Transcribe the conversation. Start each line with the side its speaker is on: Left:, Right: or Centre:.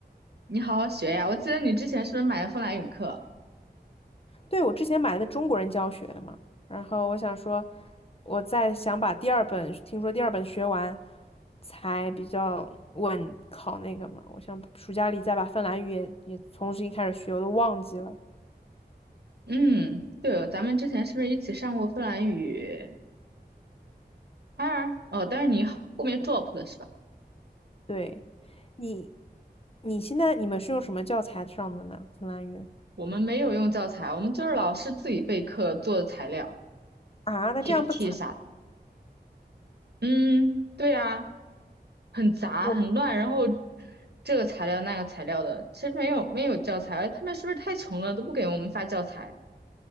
Right: 你好好学呀！我记得你之前是不是买了芬兰语课？
Left: 对，我之前买的中国人教学的嘛，然后我想说，我再想把第二本，听说第二本学完，才比较稳考那个嘛。我想暑假里再把芬兰语也也重新开始学，我都忘记了。
Right: 嗯，对哦，咱们之前是不是一起上过芬兰语？当然，哦，但是你后后面 drop 了是吧？
Left: 对，你你现在你们是用什么教材上的呢？芬兰语
Right: 我们没有用教材，我们就是老师自己备课做的材料、
Left: 啊？那这样不惨，
Right: PPT 啥的嗯，对啊，很杂很乱，
Left: 我们
Right: 然后这个材料那个材料的，其实没有没有教材，他们是不是太穷了都不给我们发教材